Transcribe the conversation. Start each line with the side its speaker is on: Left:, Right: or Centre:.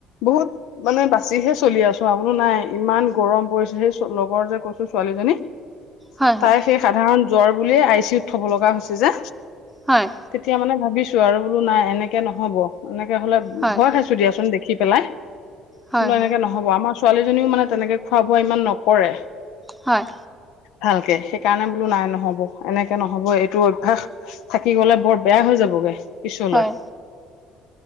Left: বহুত মানে বাছিহে চলি আছোঁ, আপোনাৰ নাই ইমান গৰম পৰিছে সেই লগৰ যে কৈছো ছোৱালীজনী।
Centre: হয়
Left: তাই
Centre: হয়
Left: সেই সাধাৰণ জ্বৰ বুলিয়েই আই চি ইউত থ'ব লগা হৈছে যে।
Centre: হয়
Left: তেতিয়া মানে ভাবিছো আৰু বোলো নাই এনেকে নহ'ব মানে তিয়া হ'লে
Centre: হয়
Left: ভয় খাইছোঁ দিয়াচোন দেখি পেলাই
Centre: হয়
Left: বোলো এনেকে নহ'ব আমাৰ ছোৱালীজনীও মানে তেনেকে খোৱা-বোৱা ইমান নকৰে।
Centre: হয়।
Left: ভালকে সেইকাৰণে বোলো নাই নহ'ব এনেকে নহ'ব এইটো অভ্যাস থাকি গ'লে বৰ বেয়া হৈ যাবগে। পিছলৈ,
Centre: হয়